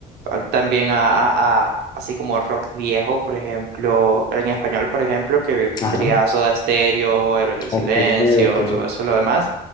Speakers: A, on the right; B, on the left.
A: a- también a, a- a- así como rock viejo, por ejemplo, en español, por ejemplo, que sería
B: ajá,
A: Soda Stereo, Héroes del
B: ok,
A: Silencio,
B: ok,
A: todo eso, lo demás.